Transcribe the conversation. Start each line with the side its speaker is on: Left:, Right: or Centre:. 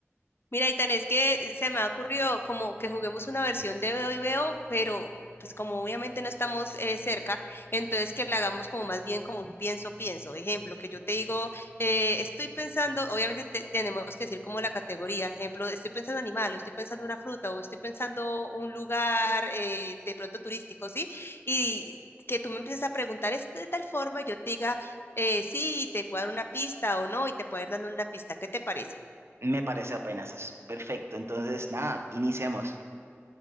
Left: Mira, Itan, es que se me ha ocurrido como que juguemos una versión de Veo y Veo, pero pues como obviamente no estamos eh, cerca, entonces que la hagamos como más bien como un pienso, pienso. Ejemplo, que yo te digo, eh, estoy pensando, obviamente te- tenemos que decir como la categoría, ejemplo, estoy pensando animal, o estoy pensando una fruta, o estoy pensando un lugar eh, de pronto turístico, ¿sí? Y que tú me empieces a preguntar es de tal forma, yo te diga, eh, sí, te puedo dar una pista o no, y te puedo ir dando una pista, ¿qué te parece?
Right: Me parece apenas es perfecto. Entonces, nada, iniciemos.